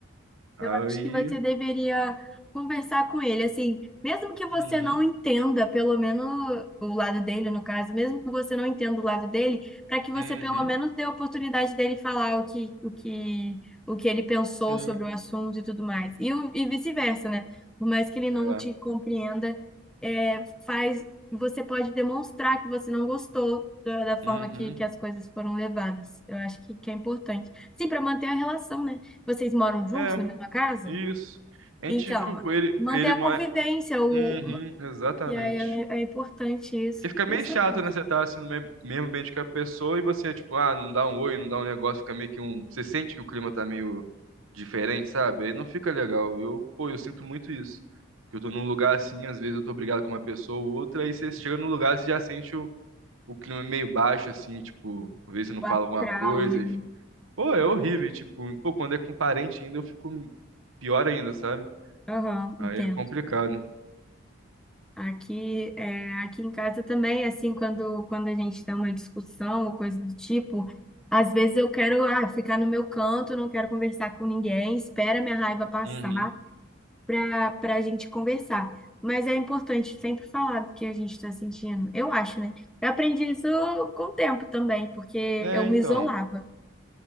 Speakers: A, on the right (about 80°); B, in the centre.
A: Aí.
B: Eu acho que você deveria conversar com ele, assim, mesmo que você
A: Uhum,
B: não entenda, pelo menos o lado dele, no caso, mesmo que você não entenda o lado dele, para que você
A: uhum,
B: pelo menos dê a oportunidade dele falar o que, o que, o que ele pensou
A: sim,
B: sobre o assunto e tudo mais. E, o- e vice-versa, né? Por mais que ele não
A: é,
B: te compreenda, é, faz, você pode demonstrar que você não gostou da, da forma
A: uhum,
B: que, que as coisas foram levadas. Eu acho que, que é importante. Sim, para manter a relação, né? Vocês moram juntos
A: é,
B: na mesma casa?
A: isso. A
B: Então,
A: gente, tipo, ele,
B: manter
A: ele
B: a
A: mora.
B: convivência, o...
A: Uhum, exatamente.
B: e aí é, é importante isso.
A: Porque fica
B: Porque
A: meio
B: É sabe,
A: chato,
B: o
A: né? Você tá assim no me- mesmo ambiente que a pessoa e você, tipo, ah, não dá um oi, não dá um negócio, fica meio que um. Você sente que o clima tá meio diferente, sabe? Aí não fica legal. Eu, pô, eu sinto muito isso. Que eu tô num lugar assim, às vezes eu tô brigado com uma pessoa ou outra, aí você chega no lugar, você já sente o, o clima meio baixo, assim, tipo, às vezes você não fala
B: astral,
A: alguma coisa,
B: né?
A: enfim. Pô, é horrível, e, tipo, pô, quando é com parente ainda eu fico pior ainda, sabe?
B: Aham, entendo.
A: Aí é complicado.
B: Aqui, é, aqui em casa também, assim, quando, quando a gente tem uma discussão ou coisa do tipo, às vezes eu quero, ah, ficar no meu canto, não quero conversar com ninguém, espera minha raiva passar.
A: Uhum.
B: para para a gente conversar. Mas é importante sempre falar do que a gente está sentindo. Eu acho, né? Eu aprendi isso com o tempo também, porque
A: É,
B: eu me
A: então.
B: isolava.